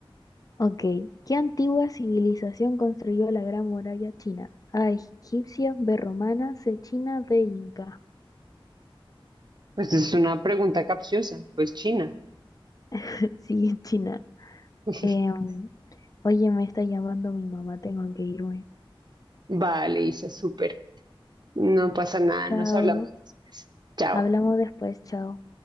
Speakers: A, on the left; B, on the right.
A: Ok, ¿qué antigua civilización construyó la Gran Muralla China? A, egipcia, B, romana, C, china, D, inca.
B: Pues es una pregunta capciosa, pues China.
A: <laughs> Sí, es china.
B: <laughs>
A: Em, oye, me está llamando mi mamá, tengo que irme.
B: Vale, Isa, súper. No pasa nada,
A: Chao,
B: nos hablamos después. Chao.
A: hablamos después, chao.